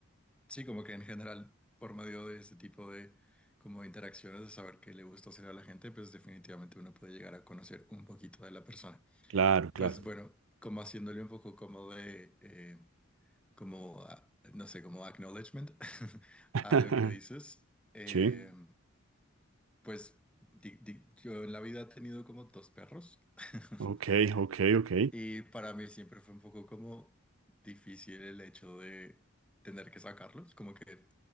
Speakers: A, in the centre; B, on the right.
A: Sí, como que en general, por medio de ese tipo de como de interacciones, de saber qué le gusta hacer a la gente, pues definitivamente uno puede llegar a conocer un poquito de la persona.
B: Claro, claro.
A: Pues bueno, como haciéndole un poco como de, eh, como, ah, no sé, como acknowledgement <laughs>
B: <laughs>
A: a lo que dices. Eh,
B: Sí,
A: pues di- di- yo en la vida he tenido como dos perros <laughs>
B: ok, ok, ok.
A: y para mí siempre fue un poco como difícil el hecho de tener que sacarlos, como que